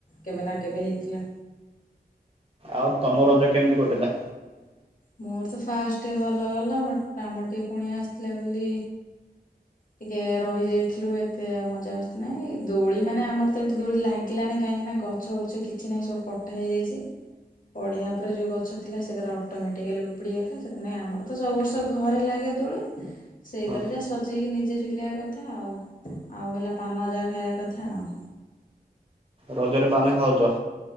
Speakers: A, on the left (about 55°); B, on the right (about 35°).
A: କେବେ ନା କେବେ ହେଇଥିଲା।
B: ଆଉ ତମ ରଜ କେମିତି କଟିଲା?
A: ମୋର ତ ଫାଷ୍ଟେ ଭଲ ଗଲା ବଟ୍ କାମ ଟିକେ ପୁଣି ଆସିଥିଲେ ବୋଲି ଟିକେ ରହିଯାଇଥିଲୁ ଏତେ ଆଉ ମଜା ମସ୍ତି ନାହିଁ ଦୋଳି ମାନେ ଆମର ତ ଏଠି ଦୋଳି ଲାଗିଲା ନାହିଁ କାହିଁକି ନା ଗଛ ବୁର୍ଛ କିଛି ନାହିଁ ସବୁ କଟା ହେଇଯାଇଛି ପଢିଆ ପରେରେ ଯୋଉ ଗଛ ଥିଲା ସେର ଅଟୋମେଟିକାଲି ଉପୁଡିଗଲା ସେଥିିନାଇଁ ଆମର ତ ସବୁ ବର୍ଷ ଘରେ ଲାଗେ ଦୋଳି ସେଇଥିରେ
B: ହଁ ହଁ
A: ଯାହା ସଜେଇକି ଜେ ଝୁଲିବା କଥା ଆଉ ଆଉ ହେଲା ପାନ ଜା ଖାଇବା କଥା ଆଉ।
B: ରଜରେ ପାନ ଖାଉଛ।